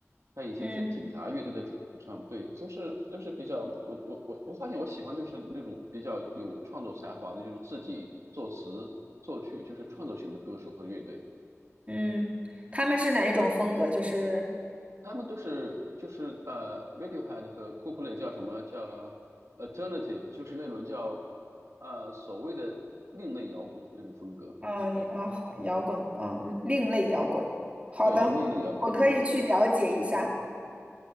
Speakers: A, on the right (about 70°); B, on the right (about 25°).
A: 他以前是警察乐队的主唱，
B: 嗯。
A: 对，都是都是比较我我我我发现我喜欢就是那种比较有创作才华的，就是自己作词作曲，就是创作型的歌手和乐队。
B: 嗯，他们是哪一种风格？就是，
A: 他们都是就是呃，Radiohead 和 Coldplay 叫什么叫 alternative，就是那种叫呃所谓的另类摇滚那种风格。
B: 嗯，
A: 对
B: 也啊，好，摇滚，嗯，另类摇滚。好的，
A: 对，叫另类摇滚。
B: 我可以去了解一下。
A: 对